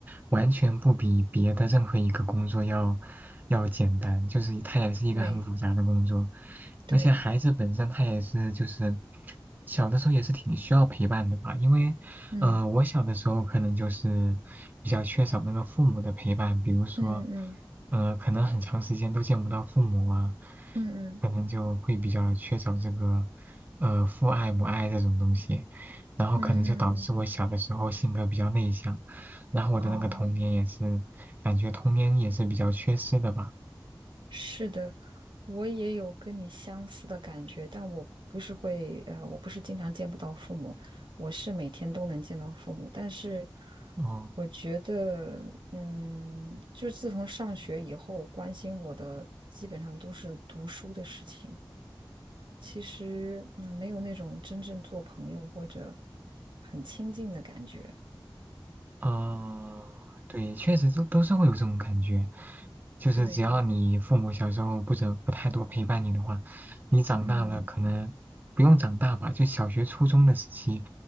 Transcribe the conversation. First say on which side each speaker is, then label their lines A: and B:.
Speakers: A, on the right; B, on the right.
A: 完全不比别的任何一个工作要要简单，就是它也是一个很复杂的工作，
B: 对对，
A: 而且孩子本身他也是就是小的时候也是挺需要陪伴的吧，因为呃我小的时候可能就是比较缺少那个父母的陪伴，
B: 嗯
A: 比如说
B: 嗯嗯
A: 呃可能很长时间都见不到父母啊，
B: 嗯
A: 可能就会比较缺少这个呃父爱母爱这种东西。然后可能就导致我小的时候性格比较内向，
B: 嗯嗯，
A: 然后我的那个童年也是，
B: 哦，
A: 感觉童年也是比较缺失的吧。
B: 是的，我也有跟你相似的感觉，但我不是会，呃，我不是经常见不到父母，我是每天都能见到父母，但是
A: 哦，
B: 我觉得，嗯，就是自从上学以后，关心我的基本上都是读书的事情，其实，嗯，没有那种真正做朋友或者很亲近的感觉，
A: 哦，对，确实都都是会有这种感觉，就是只要你父母小时候不怎不太多陪伴你的话，
B: 对，
A: 你长大了可能不用长大吧，
B: 嗯，
A: 就小学初中的时期，